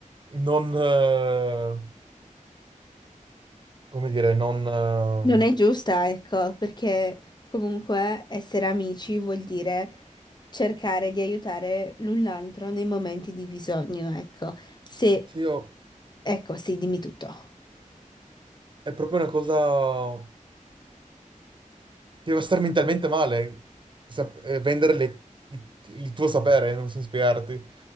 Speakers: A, on the right (about 35°); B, on the left (about 30°).
A: non, eh, come dire, non... eh,
B: Non è giusta, ecco, perché comunque essere amici vuol dire cercare di aiutare l'un l'altro nei momenti di bisogno, ecco. Se,
A: sì, io-
B: ecco, sì, dimmi tutto.
A: è proprio una cosa che va a star mentalmente male, sap- eh, vendere le- il tuo sapere, non so spiegarti.